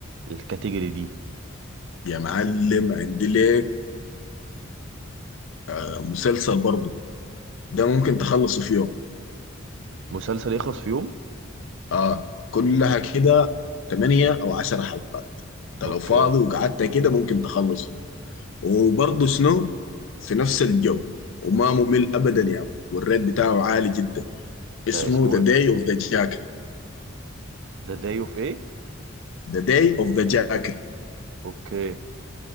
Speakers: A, on the right; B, on the left.
A: الكاتيجوري دي
B: يا معلم عندي لك آه، مسلسل برضه ده ممكن تخلصه في يوم
A: مسلسل يخلص في يوم
B: اه كلها كده 8 او 10 حلقات انت
A: اوكي
B: لو فاضي وقعدت كده ممكن تخلصه وبرضه شنو في نفس الجو وما ممل ابدا يا يعني. والريت بتاعه عالي جدا
A: ده
B: اسمه
A: اسمه
B: ذا داي
A: ايه
B: اوف ذا جاكل
A: ذا داي اوف ايه
B: The Day of the Jackal
A: اوكي